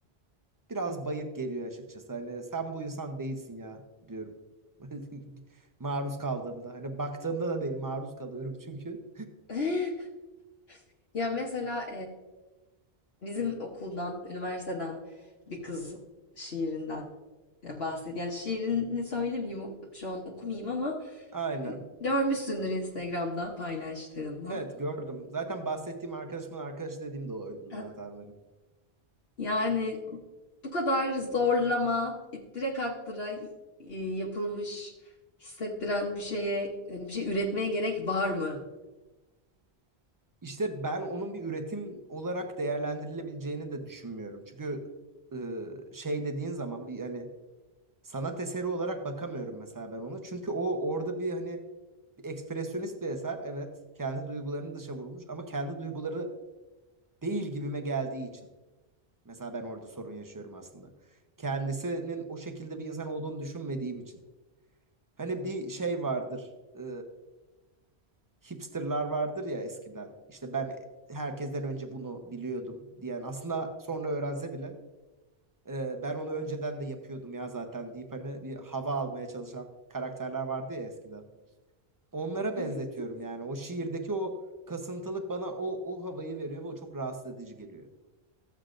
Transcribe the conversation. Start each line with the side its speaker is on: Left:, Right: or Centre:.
Right: biraz bayık geliyor açıkçası. Hani sen bu insan değilsin ya diyorum. <laughs> Maruz kaldığımda. Hani baktığımda da değil maruz kalıyorum çünkü.
Left: <laughs> Ya mesela bizim okuldan, üniversiteden bir kız şiirinden e, bahsediyor. Yani şiirini söylemeyeyim o- şu an okumayayım ama
Right: <laughs> Aynen.
Left: hani görmüşsündür Instagram'da paylaştığında.
Right: Evet gördüm. Zaten bahsettiğim arkadaşımın arkadaşı dediğim de oydu
Left: Ha,
Right: zaten benim.
Left: Yani bu kadar zorlama, ittire kaktıra e, yapılmış, hissettiren bir şeye, yani bir şey üretmeye gerek var mı?
Right: İşte ben onun bir üretim olarak değerlendirilebileceğini de düşünmüyorum. Çünkü e, şey dediğin zaman bir hani sanat eseri olarak bakamıyorum mesela ben ona. Çünkü o orada bir hani bir ekspresyonist bir eser. Evet kendi duygularını dışa vurmuş ama kendi duyguları değil gibime geldiği için. Mesela ben orada sorun yaşıyorum aslında. Kendisinin o şekilde bir insan olduğunu düşünmediğim için. Hani bir şey vardır. eee, hipsterlar vardır ya eskiden. İşte ben herkesten önce bunu biliyordum diyen. Aslında sonra öğrense bile eee, ben onu önceden de yapıyordum ya zaten deyip hani bir hava almaya çalışan karakterler vardı ya eskiden. Onlara
Left: <laughs>
Right: benzetiyorum yani. O şiirdeki o kasıntılık bana o o havayı veriyor ve o çok rahatsız edici geliyor.